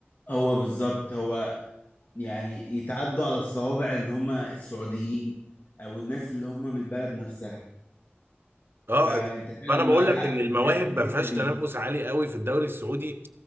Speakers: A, on the left; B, on the right.
A: هو بالظبط هو يعني يتعدوا على الصوابع ان هم السعوديين او الناس اللي هم من البلد نفسها
B: اه
A: فانت فعلا
B: فانا بقول
A: معاك
B: لك
A: حق
B: ان المواهب
A: في ال- في الحتة
B: ما فيهاش
A: دي
B: تنافس عالي قوي في الدوري السعودي